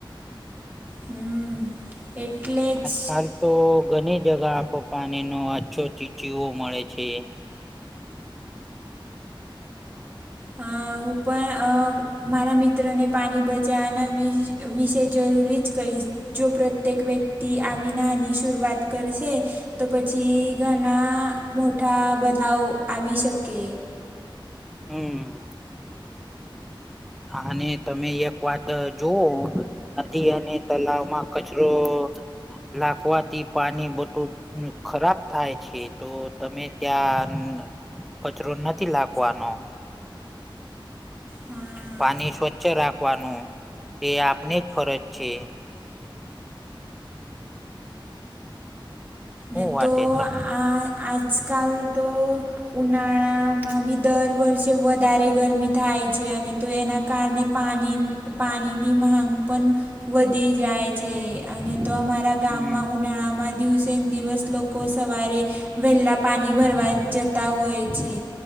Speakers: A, on the right; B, in the centre.
A: હમ એટલે
B: આજકાલ
A: જ
B: તો ઘણી જગા આપો પાણી નો અછો ચીચીવો મળે છે
A: હ હું પણ મારા મિત્રોને પાણી બચાવવાના વિશે વિશે જરૂરી જ કરીહીશ જો પ્રત્યેક વ્યક્તિ આવી નાની શરૂઆત કરશે તો પછી ઘણા મોટા બદલાવ આવી શકે
B: હમ હા અને તમે એક વાત જોઓ નદી અને તલાવમાં કચરો લાગવાથી પાણી બટું ખરાબ થાય છે તો તમે ત્યાં કચરો નથી લાગવાનો
A: હા
B: પાણી સ્વચ્છ રાખવાનું તે આપને જ ફરજ છે શું
A: ન
B: વાટે
A: તો
B: તમને
A: આજકાલ તો ઉનાળામાં બી દર વર્ષે વધારે ગરમી થાય છે અને તો એના કારણે પાણી પાણીની માંગ પણ વધી જાય છે અને તો અમારા
B: હમ
A: ગામમાં ઉનાળા માં દિવસે દિવસ લોકો સવારે વહેલા પાણી ભરવા જતા હોય છે.